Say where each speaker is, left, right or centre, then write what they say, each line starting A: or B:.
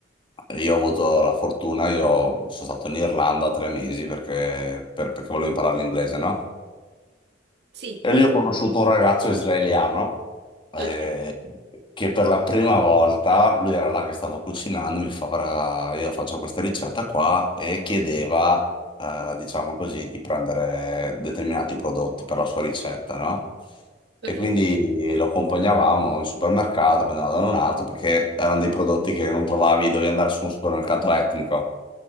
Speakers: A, on the left; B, on the right.
A: io ho avuto la fortuna, io sono stato in Irlanda tre mesi perché, per- perché volevo imparare l'inglese, no?
B: Sì,
A: E lì ho conosciuto un ragazzo israeliano eh,
B: ok,
A: che per la prima volta, lui era là che stava cucinando, mi fa, "Guarda, io faccio questa ricetta qua e chiedeva, eh, diciamo così, di prendere determinati prodotti per la sua ricetta, no?
B: ok.
A: E quindi lo accompagnavamo in supermercato, poi andavamo da un altro, perché erano dei prodotti che non trovavi, dovevi andare su un supermercato etnico,